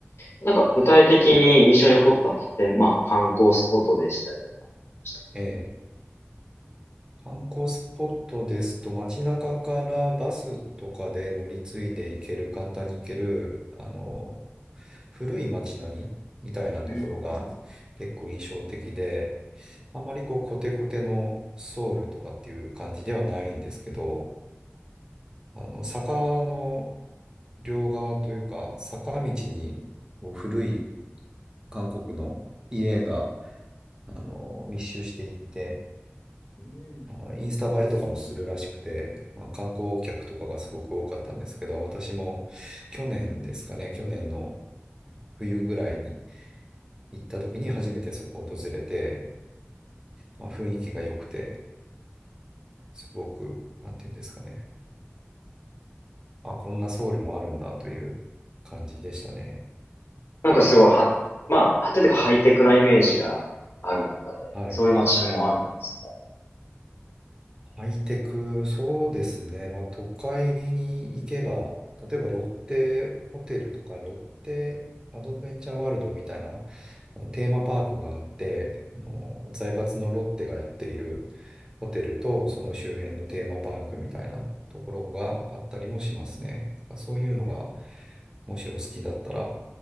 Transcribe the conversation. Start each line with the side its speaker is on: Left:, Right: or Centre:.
Left: なんか具体的に印象に残った建、まあ観光スポットでしたりはした。
Right: ええ観光スポットですと、街中からバスとかで乗り継いで行ける、簡単に行ける、あの、古い街並みみたいなところが結構印象的で、
Left: うん。
Right: あんまりこうコテコテのソウルとかっていう感じではないんですけど、あの、坂の両側というか、坂道にこう古い韓国の家が、あの、密集していて、
Left: うん。
Right: あインスタ映えとかもするらしくて、まあ、観光客とかがすごく多かったんですけど、私も去年ですかね、去年の冬ぐらいに行った時に初めてそこを訪れて、まあ、雰囲気が良くて、すごく、なんていうんですかね、あ、こんなソウルもあるんだという感じでしたね。
Left: なんかすごいは、まあ、はててかハイテクなイメージがある中で、
Right: はい。
Left: そういう街並みもあるんですね。
Right: ハイテク、そうですね。まあ、都会に行けば、例えばロッテホテルとか、ロッテアドベンチャーワールドみたいな、あのテーマパークがあって、あの、財閥のロッテがやっているホテルと、その周辺のテーマパークみたいなところがあったりもしますね。そういうのが、
Left: うん
Right: もしお好きだったら、